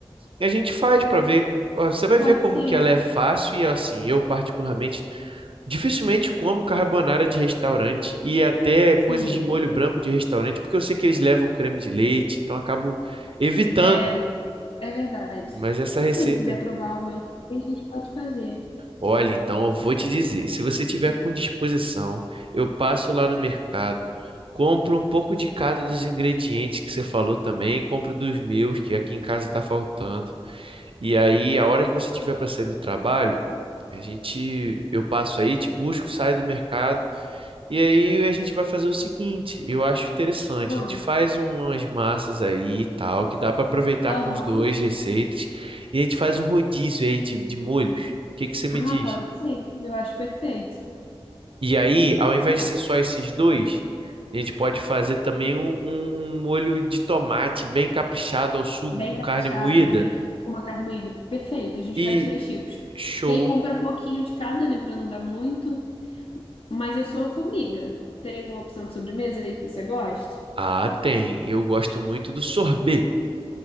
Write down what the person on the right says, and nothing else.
e a gente faz para ver. ó, Você vai
ver como
que ela é fácil e assim, eu particularmente dificilmente como carbonara de restaurante e até
coisas de molho branco de restaurante, porque eu sei que eles levam creme de leite, então eu acabo evitando.
Mas essa receita
Olha, então eu vou te dizer, se você tiver com disposição, eu passo lá no mercado, compro um pouco de cada dos ingredientes que você falou também, compro dos meus, que aqui em casa tá faltando. E aí, a hora que você tiver para sair do trabalho, a gente, eu passo aí, te busco, saio do mercado, e aí a gente vai fazer o seguinte, eu acho interessante,
a gente faz umas massas aí e tal, que dá para aproveitar
com os dois receitas, e a gente faz um rodízio aí de, de molhos. O que que você me
diz?
E aí, ao invés
de ser só esses dois, a gente pode fazer também um, um um molho de tomate bem caprichado ao sugo
com
carne moída.
E
show!
Ah, tem. Eu gosto muito do sorbet.